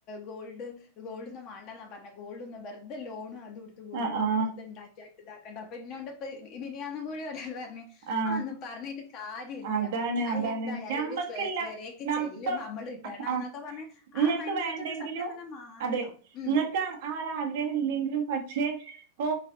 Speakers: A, on the left; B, on the right.
A: ഗോൾഡ് ഗോൾഡൊന്നും മാണ്ടന്ന പറഞ്ഞേ ഗോൾഡ ഒന്ന് വെറുത ലോണു അതു കൊടുത്ത് ഗോൾഡ്
B: ആ
A: ഒന്ന്
B: ആ
A: വെുർത ഇ ണ്ടാക്കിയ ഇതാക്കണ്ട അപ്പൊ ഇന്നോണ്ട് ഇപ്പ മിനിയാന്നും കൂടി ഒരാള് പറഞ്ഞു
B: ആ
A: അതൊന്നും പറഞ്ഞിട്ട് കാ <unintelligible> ഇല്ല്യ
B: അതാണ്
A: അയ്
B: അതാണ്
A: എന്തായാലും
B: ഞമ്മക്കില്ല
A: ഒരു ചെ പെരേക്ക്
B: നം
A: ചെല്ലുമ്പം
B: ഇപ്പം
A: അമ്മള് ഇടണം
B: ആഹ്
A: എന്നൊക്കെ പറഞ്ഞു
B: ഇങ്ങക്ക്
A: ആ മൈൻഡ്
B: വേണ്ടെങ്കിലും
A: സെറ്റ് ഒക്കെ സത്യം പറഞ്ഞ മാറണം
B: അതെ
A: ഉം
B: ഇങ്ങക്ക് ആ ഒരു ആഗ്രഹം ഇല്ലെങ്കിലും പക്ഷെപ്പെ